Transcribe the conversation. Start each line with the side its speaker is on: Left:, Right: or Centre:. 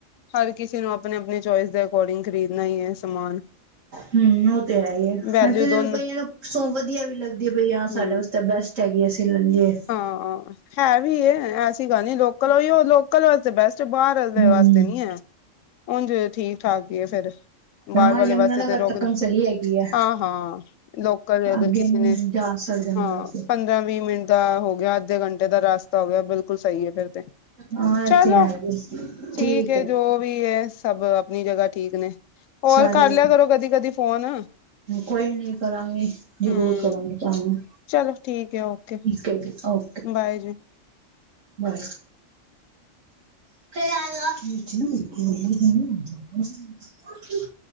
Left: ਹਰ ਕਿਸੀ ਨੂੰ ਆਪ ਅਪਨੀ ਅਪਨੀ ਚੋਇਸ ਦੇ ਅਕੋਰਡਿੰਗ ਖਰੀਦਨਾ ਈ ਏ ਸਮਾਨ।
Right: ਹੂੰ, ਓ ਤੇ ਹੈ ਈ ਏ,
Left: ਵੈਲਿਊ
Right: ਹਰ ਕਈਆਂ
Left: ਦੋਨ
Right: ਕਈਆਂ ਨੂੰ ਸੋਪ ਵਧੀਆ ਵੀ ਲੱਗਦੀ ਏ ਬਈ ਹਾਂ
Left: ਹੂੰ
Right: ਸਾਡੇ ਵਾਸਤੇ ਬੈਸਟ ਹੈਗੀ ਏ ਅਸੀ ਲੈਲ ਲਿਏ।
Left: ਹਾਂ ਹੈ ਵੀ ਏ ਐਸੀ ਗੱਲ ਨੀ, ਲੋਕਲ ਓਇਓ ਲੋਕਲ ਵਾਸਤੇ ਬੈਸਟ ਬਾਰ
Right: ਹਮ।
Left: ਵਾਸਤੇ ਨੀ ਐ। ਉਂਝ ਠੀਕ ਠਾਕ ਈ ਏ ਫਿਰ। ਬਾਰ
Right: ਹਾਂ
Left: ਵਾਲੇ
Right: ਯਮੁਨਾ
Left: ਵਾਸਤੇ ਤੇ
Right: ਨਗਰ
Left: ਰੋਕ
Right: ਤੱਕਣ ਚਲੀ ਹੈਗੀ ਹੈ
Left: ਹਾਂ-ਹਾਂ ਲੋਕਲ ਅਗਰ
Right: ਅੱਗੇ
Left: ਕਿਸੇ
Right: ਨੀ
Left: ਨੇ
Right: ਜਾ ਸਕਦੇ ਮਤਲਬ
Left: ਹਾਂ
Right: ਕਿ।
Left: ਪੰਦਰਾਂ-ਵੀਹ ਮਿੰਟ ਦਾ ਹੋ ਯਾ ਅੱਧੇ ਘੰਟੇ ਦਾ ਰਸਤਾ ਹੋ ਗਿਆ ਬਿਲਕੁਲ ਸਈ ਏ ਫਿਰ ਤੇ
Right: ਹਾਂ
Left: ਚਲੋ
Right: ਇਹ ਤੇ ਹੈ ਹੀ
Left: ਠੀਕ ਏ
Right: ਹੈ
Left: ਜੋ ਵੀ ਏ ਸਭ ਅਪਨੀ ਜਗ੍ਹਾ ਠੀਕ ਨੇ। ਹੋਰ
Right: ਸਾਰੇ
Left: ਕਰ ਲਿਆ ਕਰੋ ਕਦੀ-ਕਦੀ ਫੋਨ।
Right: ਕੋਈ ਨੀ ਕਰਾਂਗੀ
Left: ਹੂੰ
Right: ਜ਼ਰੂਰ ਕਰਾਂਗੀ ਤੁਆਨੁ।
Left: ਚਲੋ ਠੀਕ ਏ ਓਕੇ।
Right: <unintelligible> ਓ
Left: ਬਾਏ ਜੀ।
Right: ਬਾਏ। <unintelligible>